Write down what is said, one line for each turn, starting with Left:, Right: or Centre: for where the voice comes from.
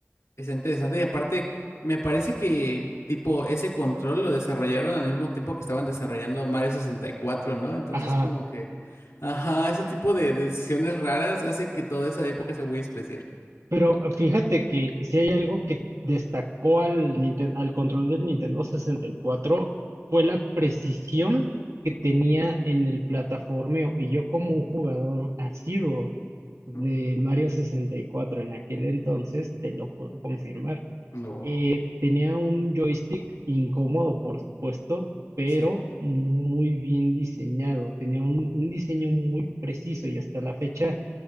Left: es interesante y aparte me parece que tipo ese control lo desarrollaron al mismo tiempo que estaban desarrollando Mario sesenta y cuatro ¿no? Entonces
Right: Ajá.
Left: como que, ajá, ese tipo de, de decisiones raras hace que toda esa época sea muy especial.
Right: Pero eh, fíjate que si hay algo que destacó al, Ninten- al control del Nintendo 64 fue la precisión que tenía en el plataformeo. Y yo como un jugador asiduo de
Left: Ujú.
Right: Mario 64 en aquel entonces, te lo puedo confirmar.
Left: No.
Right: Eh, tenía un joystick incómodo, por supuesto, pero
Left: Sí.
Right: muy bien diseñado. Tenía un un diseño muy preciso y hasta la fecha